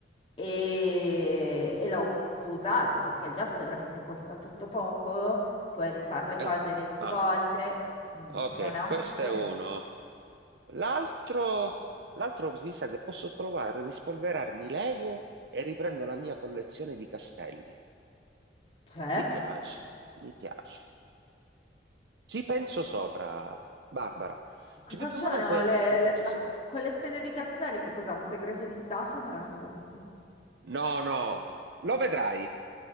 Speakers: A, on the left (about 30°); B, on the right (about 70°).
A: e, e l'ho usato perché il gesso veramente costa tutto poco, puoi rifare le
B: Eh,
A: cose 20
B: ah.
A: volte, mm,
B: Ok,
A: non è un
B: questo
A: problema.
B: è uno. L'altro, l'altro mi sa che posso provare a rispolverarmi Lego e riprendo la mia collezione di castelli.
A: Cioè,
B: Mi piace, mi piace. Ci penso sopra, Barbara.
A: cosa
B: Ci penso
A: sono
B: sopra e te-
A: le-
B: e ti faccio
A: le- la
B: sapere.
A: collezione di castelli? Che cos'è? Un segreto di Stato? Me lo racconti?
B: No, no, lo vedrai.